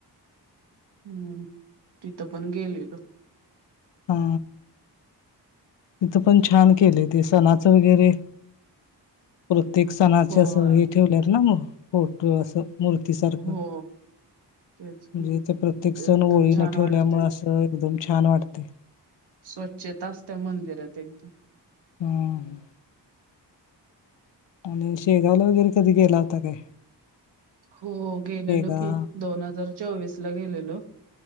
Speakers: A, on the right; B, on the left.
A: हम्म तिथं पण गेलेलो.
B: हा. तिथ पण छान केलंय ते सणाच वगैरे प्रत्येक सणाचे
A: हो
B: अस हे ठेवले ना फोटो अस मूर्ती सारख.
A: हो तेच की
B: म्हणजे ते प्रत्येक
A: ते
B: सण
A: एकदम
B: ओळी
A: छान
B: न ठेवल्यामुळे
A: वाटतंय
B: असं एकदम छान वाटते.
A: स्वच्छता असत मंदिरात एकदम.
B: हम्म. आणि शेगांवला वगैरे कधी गेला होता काय?
A: हो गेलेलो
B: शेगाव
A: की, दोन हजार चोवीसला गेलेलो.